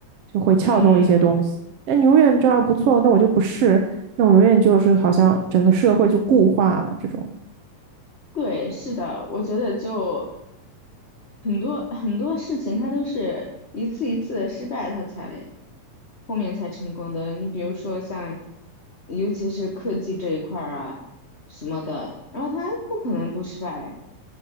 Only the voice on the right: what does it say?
就会撬动一些东西。
那你永远这样不错，那我就不是，那我永远就是好像整个社会就固化了这种。